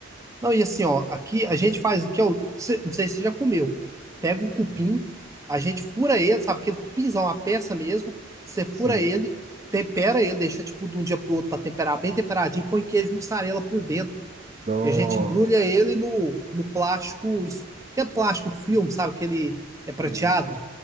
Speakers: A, on the right (about 15°); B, on the right (about 35°).
A: Não, e assim, ó, aqui a gente faz, o que é o, cê- não sei se você já comeu. Pega o cupim, a gente fura ele, sabe? Aquele cupinzão, a peça mesmo. Você fura
B: Sim.
A: ele, tempera ele, deixa tipo de um dia pro outro pra temperar bem temperadinho, põe queijo mussarela por dentro.
B: Nossa.
A: E a gente embrulha ele no, no plástico, isso- que é plástico filme, sabe? Que ele é
B: sei.
A: prateado.